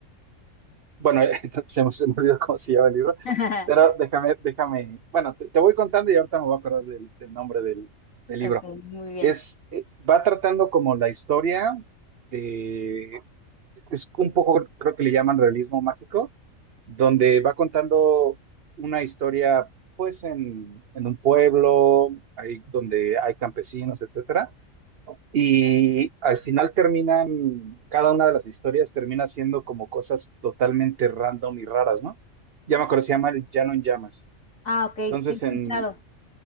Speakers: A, on the right; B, on the left.
A: Bueno, <laughs> entonces hemos olvidado cómo se llama el libro,
B: <laughs>
A: pero déjame, déjame, bueno, te, te voy contando y ahorita me voy a acordar del, del nombre del, del
B: Ok,
A: libro.
B: muy bien.
A: Es, eh, va tratando como la historia de, es un poco, creo que le llaman realismo mágico, donde va contando una historia, pues, en, en un pueblo, ahí donde hay campesinos, etcétera y al final terminan, cada una de las historias termina siendo como cosas totalmente random y raras, ¿no? Ya me acuerdo, se llama El Llano en Llamas.
B: Ah, ok,
A: Entonces,
B: sí he escuchado,
A: en,